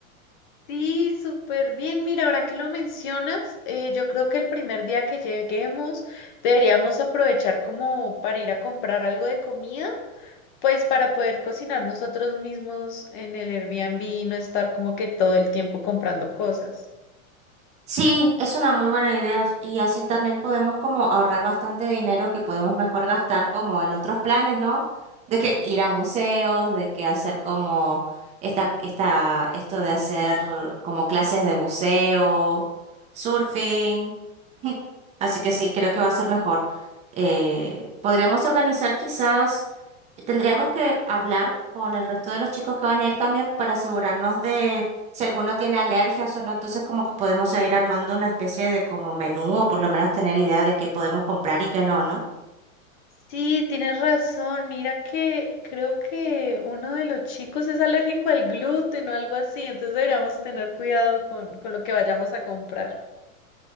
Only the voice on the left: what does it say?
Sí, súper bien. Mira, ahora que lo mencionas, eh, yo creo que el primer día que lleguemos deberíamos aprovechar como para ir a comprar algo de comida, pues para poder cocinar nosotros mismos en el Airbnb y no estar como que todo el tiempo comprando cosas.
Sí, tienes razón. Mira que creo que uno de los chicos es alérgico al gluten o algo así, entonces deberíamos tener cuidado con, con lo que vayamos a comprar. <laughs>